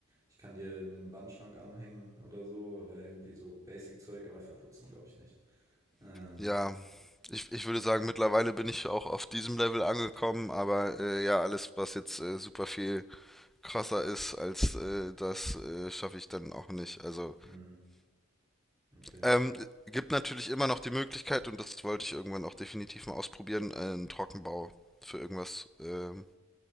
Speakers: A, on the right; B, in the centre.
A: Ich kann dir einen Wandschrank anhängen oder so oder irgendwie so Basic-Zeug, aber verputzen glaube ich nicht. Ähm,
B: Ja, ich, ich würde sagen, mittlerweile bin ich auch auf diesem Level angekommen, aber äh, ja, alles, was jetzt äh, super viel krasser ist als äh, das, äh, schaffe ich dann auch nicht. Also,
A: hm, okay.
B: ähm, gibt natürlich immer noch die Möglichkeit, und das wollte ich irgendwann auch definitiv mal ausprobieren, äh, einen Trockenbau für irgendwas ähm,